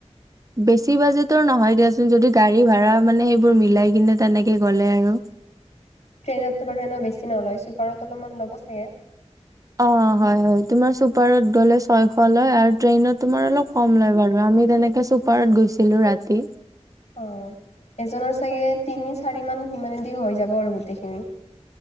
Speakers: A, on the right; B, on the left.
A: বেছি বাজেটৰ নহয় দিয়াচোন যদি গাড়ী ভা়া মানে সেইবোৰ মিলাই কিনে তেনেকে গ'লে আৰু।
B: ট্ৰেইনততো বাৰু এনে বেছি নলয় ছুপাৰত অলপমান ল'ব চাগে।
A: অ হয় হয় তোমাৰ চুপাৰত গলে ছয়শ লয় আৰু ট্ৰেইনত তুমাৰ অলপ কম লয় বাৰু। আমি তেনেকে চুপাৰত গৈছিলো ৰাতি।
B: অ এজনৰ চাগে তিনি চাৰি মান। সিমানে দি হৈ যাব আৰু গোটেইখিনি।